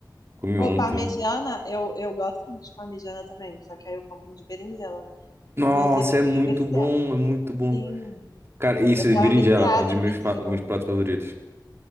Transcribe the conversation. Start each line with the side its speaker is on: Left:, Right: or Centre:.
Right: Comi
Left: Ou
Right: ontem.
Left: parmegiana, eu, eu gosto muito de parmegiana também, só que aí eu como de berinjela, né?
Right: Nossa,
Left: Inclusive, eu
Right: é muito
Left: tava viciada.
Right: bom, é muito bom.
Left: Sim,
Right: Cara, isso
Left: eu
Right: de
Left: tava
Right: berinjela
Left: viciada
Right: é um dos
Left: em
Right: meus,
Left: pedir
Right: fa- meus
Left: um.
Right: pratos favoritos.